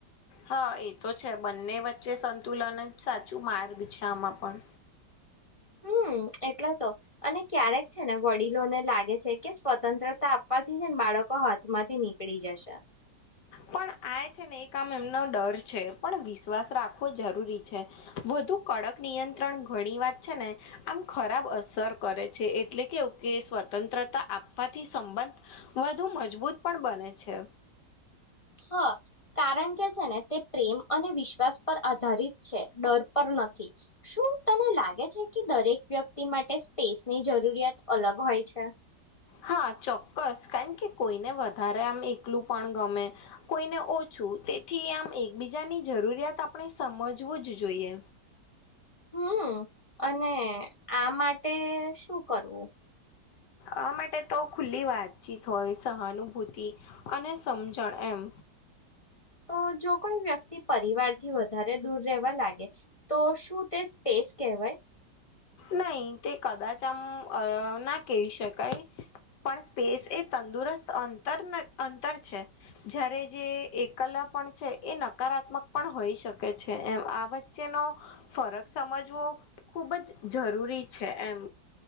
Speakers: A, on the left; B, on the left.
A: હા, એ તો છે બંને વચ્ચે સંતુલન જ સાચું માર્ગ છે આમાં પણ
B: હ હમ એટલે, તો અને ક્યારેક છેને વડીલોને લાગે છે કે સ્વતંત્ર આપવાથી જ, ને બાળકો હાથમાંથી નીકળી જશે
A: પણ આ છે ને, એકામ એમનો ડર છે પણ વિશ્વાસ રાખવો જરૂરી છેુ. તોું કડક નિયંત્રણ ઘણી વાત છેને, આમ ખરાબ અસર કરે છે, એટલે કેવું કે સ્વતંત્ર તા આપવાથી, સંબંધ વધુ મજબૂત પણ બને છે.
B: હા, કારણ કે છેને, તે પ્રેમ અને વિશ્વાસ પર આધારિત છે, ડર પર નથી શું તને લાગે છે, કે દરેક વ્યક્તિ માટે સ્પેસની જરૂરિયાત અલગ હોય અચ્છા
A: હા, ચોક્કસ કારણ કે કોઈને વધારે આમ એકલું પણ ગમે કોઈને, ઓછ છુ, તેથી આમ એકબીજાની જરૂરિયાત આપણે સમજવું જ જોઈએ
B: હમ, અને આ માટે શું કરવુ
A: આ માટે, તો ખુલ્લી વાતચીત હોય સહાનુભૂતિ અને સમજણ એમ
B: તો જો કોઈ વ્યક્તિ પરિવારથી, વધારે દૂર રહેવા લાગે તો શું તે સ્પેસ એ કવાય
A: નહી તે કદાચ, આમ ના કહી, શકાય પણ સ્પેસ એ તંદુરસ્ત અંતર અંતર છે, જ્યારે જે એકલપ પણ છે, એ નકારાત્મક પણ હોઈ શકે છે, એમ આ વચ્ચેનો ફરક સમજવો ખૂબ જ જરૂરી છે, એમ